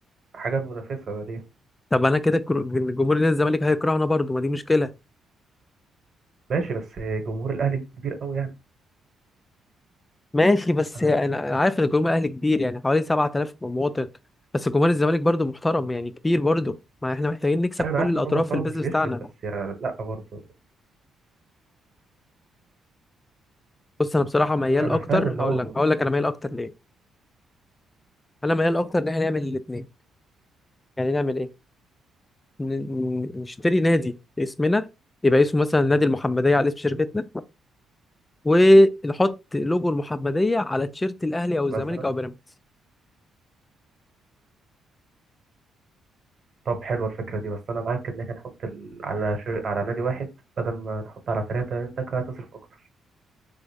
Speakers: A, on the right; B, on the left.
A: حاجة منافسة دي
B: طب انا كده الكر- الجمهور نادي الزمالك هيكرهنا برضو ما دي مشكله
A: ماشي بس جمهور الأهلي كبير أوي يعني
B: ماشي بس
A: أنا
B: هي- انا أنا عارف ان الجمهور الاهلي كبير يعني حوالي 7000 مواطن بس جمهور الزمالك برضو محترم يعني كبير برضو ما احنا محتاجين نكسب
A: أيوة
B: كل
A: أنا عارف
B: الاطراف
A: إن هو محترم
B: في البيزنس
A: مش بيشتم
B: بتاعنا
A: بس يعني لأ برضه
B: بص انا بصراحه ميال
A: أنا
B: اكتر
A: فاهم إن هو
B: هقول لك هقول لك انا ميال اكتر ليه انا ميال اكتر ان احنا نعمل الاثنين يعني نعمل ايه ن- ن- نشتري نادي اسمنا يبقى اسمه مثلا نادي المحمديه على اسم شركتنا ونحط لوجو المحمديه على تيشيرت الاهلي او الزمالك
A: مثلا
B: او بيراميدز
A: طب حلوة الفكرة دي بس أنا معاك إن إحنا نحط ال... على ش... على نادي واحد بدل ما نحط على ثلاثة أنت كده هتصرف أكتر